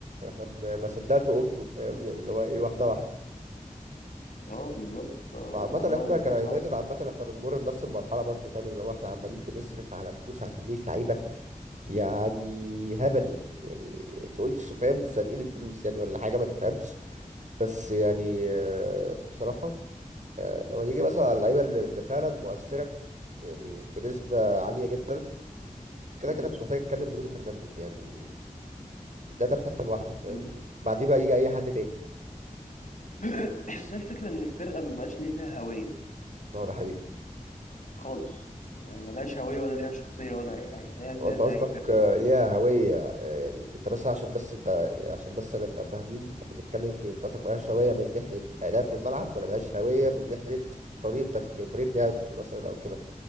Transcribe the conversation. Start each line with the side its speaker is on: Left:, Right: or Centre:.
Right: احنا ما ما صدقت وقمت فاهم يعني اللي هو ايه واحدة واحدة
Left: اه بالظبط فالموضوع
Right: وعامة احنا
Left: هيبقى
Right: كيونايتد
Left: صعب
Right: عامة احنا بنمر بنفس المرحلة برضه فاهم اللي هو احنا عمالين بنصرف على فلوس على كمية لعيبة يعني هبل يعني تقولش فاهم سارقين الفلوس يعني ولا حاجة ما تفهمش بس يعني آه، بصراحة آه، لو هنيجي مثلا على اللعيبة اللي اللي فعلا مؤثرة يعني بنسبة عالية جدا كده
Left: مم.
Right: كده مش محتاج اتكلم برونو فرنانديز يعني ده ده في حتة لوحده فاهم
Left: مم. <coughs>
Right: بعديه بقى يجي اي حد تاني
Left: <clears throat> بس هي الفكرة إن الفرقة ما بقاش ليها هوية
Right: اه ده حقيقي
Left: خالص يعني ملهاش هوية ولا ليها شخصية ولا أي حاجة هي زي
Right: انت
Left: زي
Right: قصدك
Left: أي فرقة
Right: آه، ليها هوية آه، يعني انت بس عشان بس انت عشان بس نبقى فاهمين احنا بنتكلم فين انت قصدك ملهاش هوية من ناحية أداء في الملعب ولا ملهاش هوية من ناحية طريقة تف... يعني طريقة لعب مثلا او كده